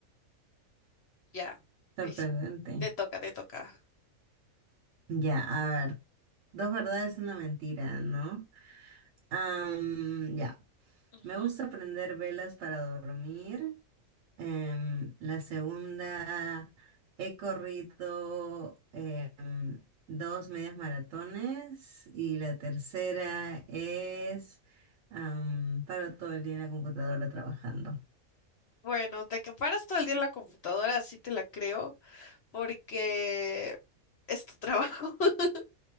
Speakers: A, on the left; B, on the right.
A: Ya,
B: Sorprendente.
A: listo. Te toca, te toca.
B: Ya, a ver, dos verdades, una mentira, ¿no? Am, ya.
A: Ujú.
B: Me gusta prender velas para dormir. Em, la segunda, he corrido em, dos medias maratones. Y la tercera es, am, paro todo el día en la computadora trabajando.
A: Bueno, de que paras todo el día en la computadora, sí te la creo, porque es tu trabajo. <laughs>